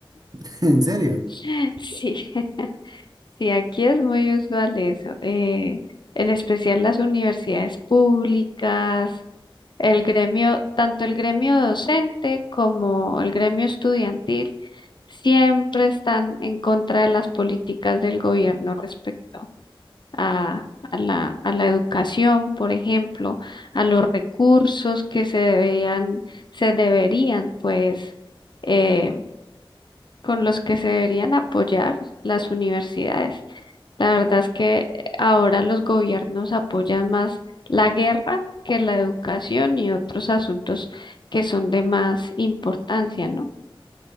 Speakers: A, on the right; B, on the left.
A: <laughs> ¿En serio?
B: <laughs> Sí, <laughs> sí, aquí es muy usual eso, eh, en especial las universidades públicas, El gremio, tanto el gremio docente como el gremio estudiantil, siempre están en contra de las políticas del gobierno respecto a, a la, a la educación, por ejemplo, a los recursos que se deberían, se deberían pues eh, con los que se deberían apoyar las universidades. La verdad es que eh, ahora los gobiernos apoyan más la guerra que la educación y otros asuntos que son de más importancia, ¿no?